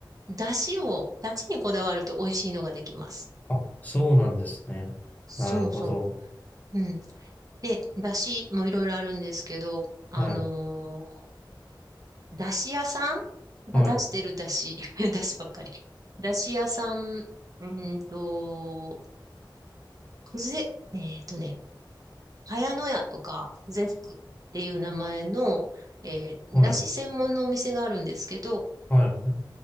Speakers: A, on the right; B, on the left.
A: ー、だしを、だしにこだわると美味しいのができます。
B: あ、そうなんですね。
A: そうそ
B: なるほど。
A: う。うん。で、だしもいろいろあるんですけど、あの
B: はい、
A: ー、だし屋さんが出してるだし、
B: はい、
A: <laughs> だしばっかり。だし屋さん、うーんと、くぜ、えっとね、茅野屋とか、くぜふっていう名前の、えー、
B: はい、
A: だし専門のお店があるんですけど、
B: はい、は